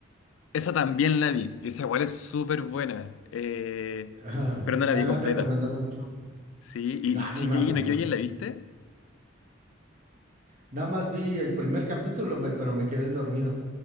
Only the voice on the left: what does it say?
Esa también la vi, y esa igual es súper buena, eh,
pero no
la vi
completa,
¿sí? ¿Y
Shingeki
no Kyojin la viste?